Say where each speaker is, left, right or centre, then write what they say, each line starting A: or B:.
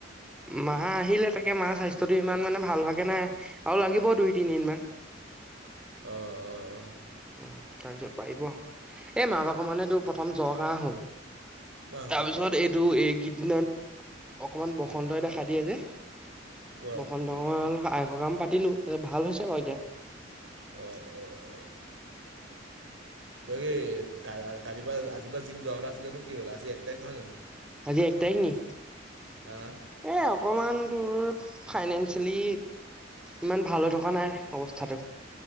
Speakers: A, in the centre; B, on the right.
A: মা আহিলে তাক তাকে মাৰ স্বাস্থ্যটো ইমান মানে ভাল ভাগে নাই আৰু লাগিব দুই তিনিদিন মান
B: অ অ অ
A: উ তাৰপিছত পাৰিব এ মা ভাগ মানে তোৰ প্ৰথম জৰ কাহ হল
B: অ',
A: তাৰপিছত এইটো এইকেইদিনত অকমান বসন্তই দেখা দিয়ে যে
B: অ',
A: বসন্ত আগমন হ'ল আই সকাম পাতিলো তাছত ভাল হৈছে বাও এতিয়া <unintelligible>
B: অ', অ', তই কি কালিপা আ আজিপা জিম যোৱা কথা আছিলে নহয়। কি হল আজি এক তাৰিখ নহয় জানো?
A: আজি একতাৰিখ নি
B: অ',
A: এ অকমান তোৰ ফাইনেন্সিয়েলি ইমান ভাল হৈ থকা নাই অৱস্থাটো